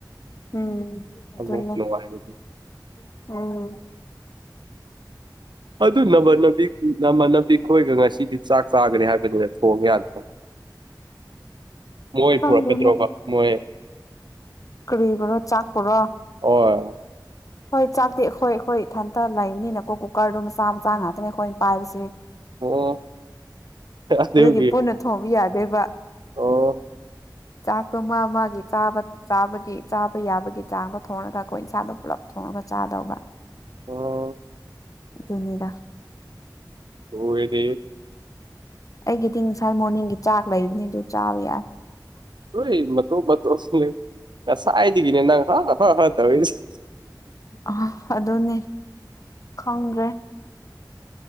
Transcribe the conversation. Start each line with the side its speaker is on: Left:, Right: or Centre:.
Left: ꯎꯝ
Right: ꯑꯃꯨꯛ
Left: ꯆꯨꯝꯃꯤ
Right: ꯅꯨꯡꯉꯥꯏꯕꯗꯤ
Left: ꯎꯝ
Right: ꯑꯗꯨ ꯅꯃ ꯅꯕꯤ ꯅꯃ ꯅꯕꯤ ꯈꯣꯏꯒ ꯉꯁꯤꯗꯤ ꯆꯥꯛ ꯆꯥꯈ꯭ꯔꯦ ꯍꯥꯏꯕꯅꯤꯅ ꯊꯣꯡ ꯌꯥꯅꯤ ꯃꯣꯏ
Left: ꯈꯪꯗꯦ
Right: ꯄꯨꯔꯛꯀꯗ꯭ꯔꯣꯕ ꯃꯣꯏ
Left: ꯀꯔꯤꯕꯣꯅꯣ ꯆꯥꯛꯄꯔꯣ
Right: ꯍꯣꯏ
Left: ꯍꯣꯏ ꯆꯥꯛꯇꯤ ꯑꯩꯈꯣꯏ ꯑꯩꯈꯣꯏ ꯏꯊꯟꯇ ꯂꯩꯕꯅꯤꯅꯀꯣ ꯀꯨꯀꯔꯗꯨ ꯃꯆꯥ ꯃꯆꯥ ꯉꯥꯛꯇꯅꯦ ꯑꯩꯈꯣꯏꯅ ꯄꯥꯏꯕꯁꯦ
Right: ꯑꯣ ꯑꯗꯨꯒꯤ
Left: ꯑꯗꯨꯗꯤ ꯄꯨꯟꯅ ꯊꯣꯡꯕ ꯌꯥꯗꯣꯏꯕ
Right: ꯑꯣ
Left: ꯆꯥꯛꯇꯣ ꯃꯥ ꯃꯥꯒꯤ ꯆꯥꯕ ꯆꯥꯕꯒꯤ ꯆꯥꯕ ꯌꯥꯕꯒꯤ ꯆꯥꯡꯗꯣ ꯊꯣꯡꯉꯒ ꯑꯩꯈꯣꯏ ꯏꯟꯁꯥꯗꯣ ꯄꯨꯂꯞ ꯊꯣꯡꯉꯒ ꯆꯥꯗꯧꯕ
Right: ꯑꯣ
Left: ꯑꯗꯨꯅꯤꯗ
Right: ꯂꯣꯏꯔꯦꯍꯦ
Left: ꯑꯩꯒꯤꯗꯤ ꯉꯁꯥꯏ ꯃꯣꯔꯅꯤꯡꯒꯤ ꯆꯥꯛ ꯂꯩꯕꯅꯤ ꯑꯗꯨ ꯆꯥꯕ ꯌꯥꯏ
Right: ꯍꯣꯏ ꯃꯇꯣ ꯃꯇꯣ ꯁꯨꯝ ꯂꯩ ꯉꯁꯥꯏꯗꯒꯤꯅꯦ ꯅꯪ ꯍꯥ ꯍ ꯍꯥ ꯇꯧꯏꯁꯦ
Left: ꯑ ꯑꯗꯨꯅꯦ ꯈꯪꯗ꯭ꯔꯦ